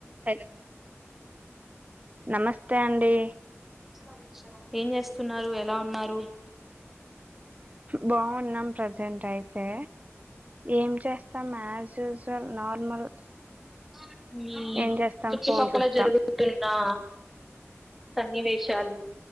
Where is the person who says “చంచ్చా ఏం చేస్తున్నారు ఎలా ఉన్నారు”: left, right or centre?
Centre